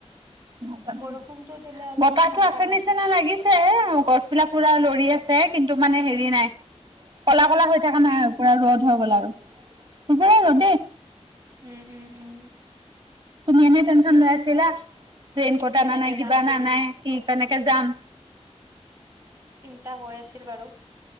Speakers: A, on the right (about 40°); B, on the right (about 25°).
A: নাজানো।
B: বৰষুণটো দিলে অলপ
A: বতাহতো
B: ঠাণ্ডা
A: আছে
B: হ'ল
A: নিচিনা
B: হয়
A: লাগিছে আৰু গছ বিলাক পুৰা লৰি আছে, কিন্তু মানে হেৰি নাই। ক'লা ক'লা হৈ থকা নাই আৰু পুৰা ৰ'দ হৈ গ'ল আৰু বৰ ৰ'দ
B: অ
A: দেই।
B: উম উম উম
A: তুমি এনেই টেনশ্যন লৈ আছিলা। ৰেইনকোট
B: কেনেকে
A: অনা নাই, কিবা
B: যাম
A: অনা
B: বুলি
A: নাই, কি, কেনেকে যাম?
B: তা হৈ আছিল বাৰু।